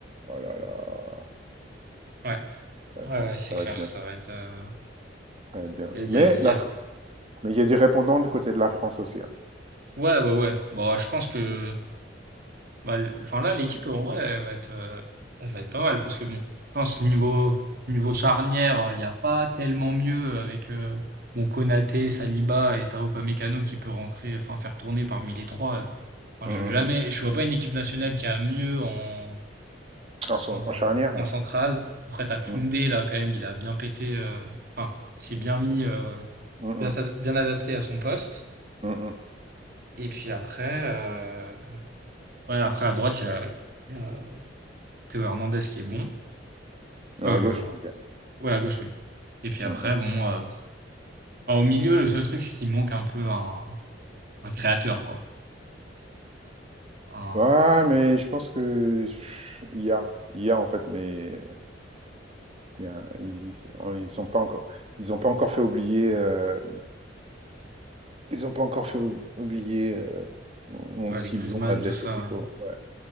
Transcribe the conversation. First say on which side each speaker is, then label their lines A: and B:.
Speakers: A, on the right; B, on the right.
A: Oh là là.
B: Ouais,
A: Ça va
B: ouais,
A: être ça.
B: ouais, c'est
A: Ça
B: clair,
A: va être bien.
B: ça va être. euh,
A: Ça va être bien.
B: Il y a, il
A: Mais
B: y a- il
A: la
B: y a-
A: Fr- mais il y a du répondant du côté de la France aussi. hein.
B: Ouais, ouais, ouais. Bon, je pense que, bah, l- enfin là, l'équipe, en vrai, elle va être, euh, elle va être pas mal parce que bon, je pense niveau, niveau charnière, euh, il n'y a pas tellement mieux avec, euh, bon, Konaté, Saliba et Tao Upamecano qui peut rentrer, enfin, faire tourner parmi les trois. Enfin,
A: Mm,
B: je,
A: mm,
B: jamais,
A: mm.
B: je vois pas une équipe nationale qui a mieux en,
A: En, son-
B: en,
A: en
B: en,
A: charnière,
B: en
A: non.
B: centrale. Après, t'as Koundé,
A: Mm,
B: là, quand même, il a bien pété, euh, enfin, il s'est bien mis, euh,
A: mm, mm,
B: bien, s'ad- bien adapté à son poste.
A: mm, mm.
B: Et puis après, euh, Ouais, après à droite, il y a, il y a Théo Hernandez qui est bon.
A: Non,
B: Euh,
A: à gauche, tu veux dire.
B: ouais, à gauche, oui. Et puis après,
A: Mm, mm.
B: bon, euh, enfin, au milieu, le seul truc, c'est qu'il manque un peu un, un créateur, quoi. Un,
A: Ouais, mais je pense que pff, il y a. Il y a en fait, mais euh, il y a- ils, on- ils sont pas encore, ils ont pas encore fait oublier, euh, ils ont pas encore fait ou- oublier euh, mon
B: ouais,
A: petit
B: les Griezmann,
A: blond là de
B: tout
A: l'Atlético.
B: ça.
A: Ouais,